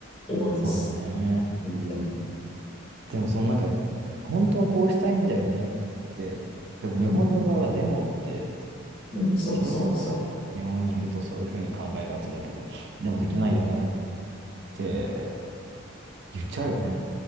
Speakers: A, on the left (about 25°); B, on the right (about 55°).
A: のを思います。
B: そうだね。
A: うん、
B: でもそのなんか、本当はこうしたいんだよねって、でも日本の場合はデモって、
A: うん、うん、そうそうそ
B: 自分もなんかね、やっぱ日本にいるとそういうふうに考えがちだけど、でもできないよねっ
A: う。うん
B: て言っちゃうよね。